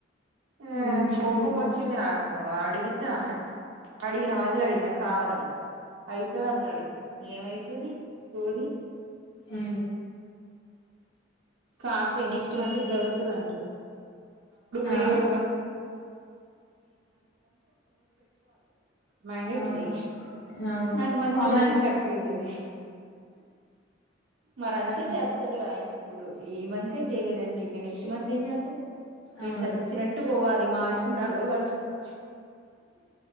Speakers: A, on the right; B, on the left.
A: ఆ
B: ఉమ్
A: కో ముచ్చింద నాకు అడిగితేా అడిగిన మళ్ళీ అడిగినా కావాలని అయితుది అన్నాడు ఏమవుతుది సోరి
B: ఏ
A: కాట్ నెక్స్ట్ మంత్ గల్స్ కండ
B: ఆ
A: లేదు మ్యాండేట్లీ
B: అవును అవును
A: నంగ్ మంత
B: కామన్
A: మంది కట్టదది మరి అంతే
B: ఆ
A: చేస్తాడు ఆయన ఇప్పుడు ఈ మంత్ే చేయలేదంటే ఇంకా నెక్స్ట్ మంత్ ఏం చేస్తారు నేను
B: అవును
A: చచ్చినట్టు పోవాలి అ మార్చుకుంటారు అర పోయయి పడుకుంటా